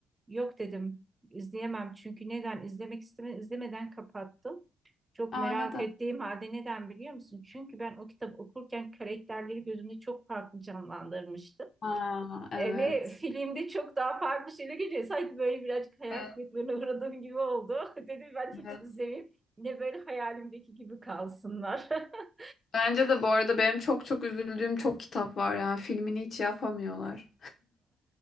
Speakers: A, on the right (about 20°); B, on the left (about 55°).
A: Yok dedim izleyemem çünkü neden izlemek isteme, izlemeden kapattım. Çok merak
B: Aa neden?
A: ettiğim halde neden biliyor musun? Çünkü ben o kitabı okurken karakterleri gözümde çok farklı canlandırmıştım.
B: Aa evet.
A: E, ve filmde çok daha farklı şeyler geliyor. Sanki böyle birazcık hayal
B: Evet.
A: kırıklığına uğradığım gibi oldu. <laughs> Dedim ben hiç
B: evet.
A: izlemeyeyim. Yine böyle hayalimdeki gibi kalsınlar. <laughs>
B: Bence de bu arada benim çok çok üzüldüğüm çok kitap var yani filmini hiç yapamıyorlar.